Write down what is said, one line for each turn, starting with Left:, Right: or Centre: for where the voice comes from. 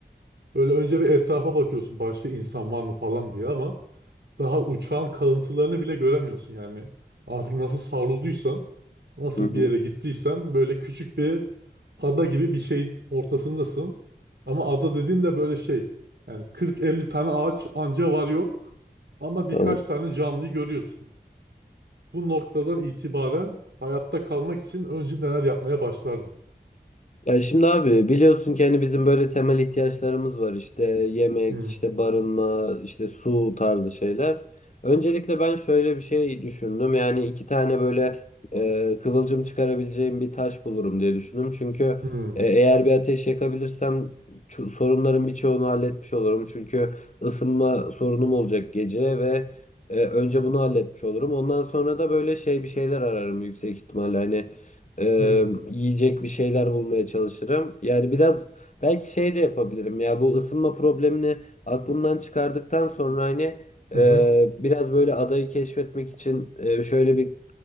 Right: Böyle önce bir etrafa bakıyorsun başka insan var mı falan diye ama daha uçağın kalıntılarını bile göremiyorsun yani. Artık nasıl savrulduysan, nasıl
Left: Hı hı.
Right: bir yere gittiysen böyle küçük bir ada gibi bir şeyin ortasındasın. Ama ada dediğin de böyle şey yani 40-50 tane ağaç anca var yok ama birkaç
Left: Tamam.
Right: tane canlıyı görüyorsun. Bu noktadan itibaren hayatta kalmak için önce neler yapmaya başlardın?
Left: Ya şimdi abi biliyorsun ki hani bizim böyle temel ihtiyaçlarımız var işte yemek,
Right: Hmm,
Left: işte barınma, işte su tarzı şeyler. Öncelikle ben şöyle bir şey düşündüm yani iki tane böyle e, kıvılcım çıkarabileceğim bir taş bulurum diye düşündüm. Çünkü
Right: hmm,
Left: e, eğer bir ateş yakabilirsem ço- sorunların birçoğunu halletmiş olurum. Çünkü ısınma sorunum olacak gece ve e, önce bunu halletmiş olurum. Ondan sonra da böyle şey bir şeyler ararım yüksek ihtimalle hani. Eee,
Right: hmm,
Left: yiyecek bir şeyler bulmaya çalışırım. Yani biraz belki şey de yapabilirim ya bu ısınma problemini aklımdan çıkardıktan sonra hani eee,
Right: hı hı,
Left: biraz böyle adayı keşfetmek için eee, şöyle bir